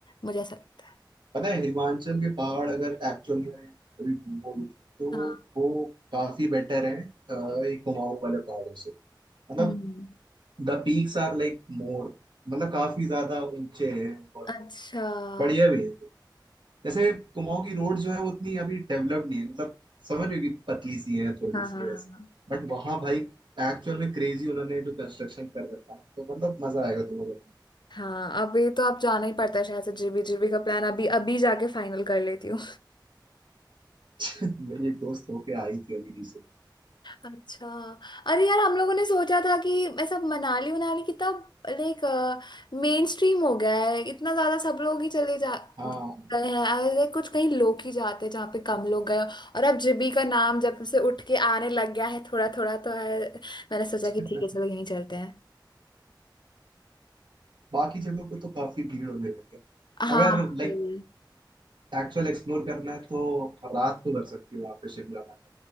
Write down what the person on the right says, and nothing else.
पता है हिमाचल के पहाड़ अगर एक्चुअल में कभी घूमोगे तो
वो काफी बेटर है अ, ये कुमाऊं वाले पहाड़ों से मतलब
the peaks are like more मतलब काफी ज्यादा ऊंचे हैं और
बढ़िया भी है जैसे कुमाऊं की रोड जो है वो उतनी अभी डेवलप नहीं है मतलब समझ रहे हो कि पतली सी है थोड़ी
सी
वैसे
बट वहां भाई एक्चुअल में क्रेजी उन्होंने जो कंस्ट्रक्शन कर रखा है तो मतलब मजा आएगा तुम्हें
<laughs> मेरी एक दोस्त होके आई थी अभी रिसेंट
हाँ
<laughs>
बाकी जगहों पे तो काफी भीड़ होने लगी है
अगर लाइक
एक्चुअल एक्सप्लोर करना है तो रात को कर सकती हो वहाँ पे शिमला में